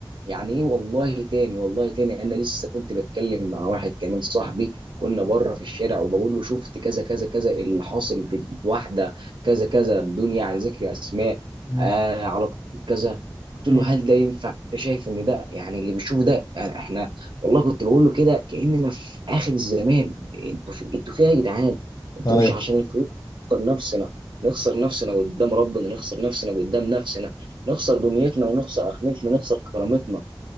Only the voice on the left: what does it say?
مم.
مم.
ايوه